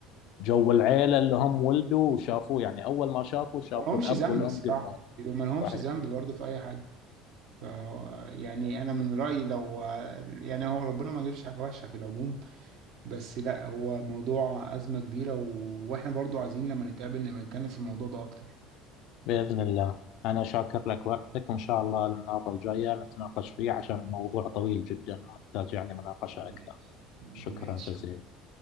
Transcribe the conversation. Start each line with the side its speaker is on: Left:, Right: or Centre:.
Left: جو العيلة اللي هم ولدوا وشافوه يعني اول ما شافوا شافوا
Right: ما لهمش
Left: الاب
Right: ذنب
Left: والام
Right: الصراحة
Left: قدامهم
Right: وما لهمش
Left: صحيح
Right: ذنب برضه في اي حاجة ف- يعني انا من رأيي لو يعني هو ربنا ما يجيبش حاجة وحشة في العموم بس لا هو موضوع أزمة كبيرة و... واحنا برضه عايزين لما نتقابل نبقى نتكلم في الموضوع ده اكتر
Left: بإذن الله أنا شاكر لك وقتك وإن شاء الله المرة الجاية نتناقش فيه عشان الموضوع طويل جدا ومحتاج يعني مناقشة أكثر
Right: ماشي
Left: شكرا
Right: ماشي
Left: جزيلا